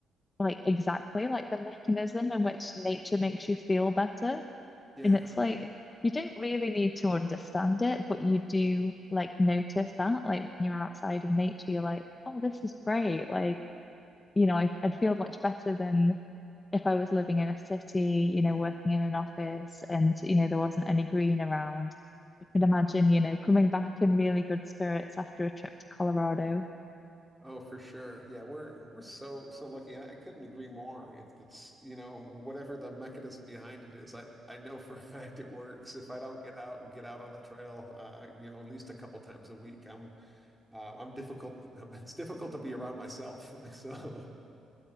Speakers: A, on the left; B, in the centre.
A: like exactly like the mechanism in which nature makes you feel better
B: Yeah.
A: and it's like you don't really need to understand it, but you do like notice that. Like when you're outside in nature, you're like, oh, this is great. Like, you know, I, I'd feel much better than if I was living in a city, you know, working in an office and, you know, there wasn't any green around. I can imagine, you know, coming back in really good spirits after a trip to Colorado.
B: Oh, for sure. Yeah, we're we're so so lucky, and I couldn't agree more. If it's, you know, whatever the mechanism behind it is, I I know for a <laughs> fact it works. If I don't get out and get out on the trail, uh, you know, at least a couple times a week, I'm uh, I'm difficult. <laughs> It's difficult to be around myself. <laughs> So